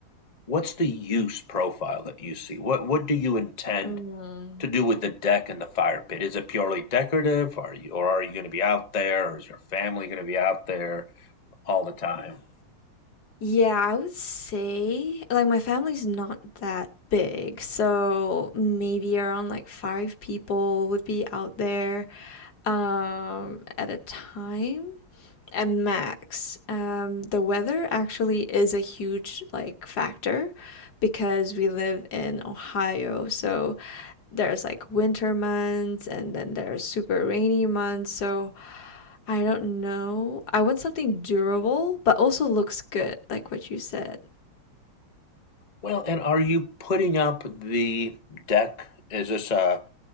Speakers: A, on the left (about 70°); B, on the left (about 50°).
A: what's the use profile that you see. What what do you intend
B: Mm.
A: to do with the deck and the fire pit? Is it purely decorative? Are you or are you going to be out there? Or is your family going to be out there all the time?
B: Yeah, I would say like my family's not that big, so maybe around like five people would be out there um, at a time at max. Um, the weather actually is a huge like factor because we live in Ohio, so there's like winter months and then there's super rainy months, so I don't know. I want something durable, but also looks good, like what you said.
A: Well, and are you putting up the deck? Is this a